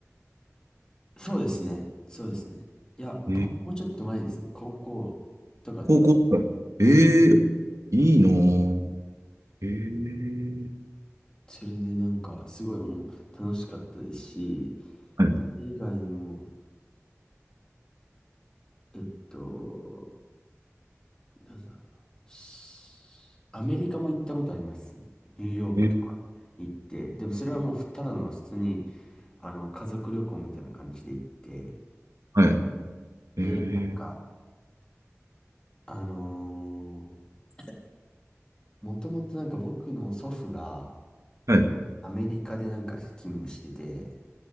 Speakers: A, on the left (about 15°); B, on the right (about 80°).
A: そうですね。そうですね。いや、僕、
B: えー、
A: もうちょっと前ですね。高校とかで。
B: 高校とか。ええー、
A: はい。
B: いいなぁ。ええ
A: それでなんか、すごいおも楽しかったですし、
B: はい。
A: それ以外にも、えっと、なんだろうな。しアメリカも行ったことあります。ニューヨークとか行って。
B: えー、
A: でもそれはもうふただの普通に、あの、家族旅行みたいな感じで行って。
B: はい。えー
A: で、なんか、あのーもともとなんか僕の祖父が
B: はい。
A: アメリカでなんか勤務してて、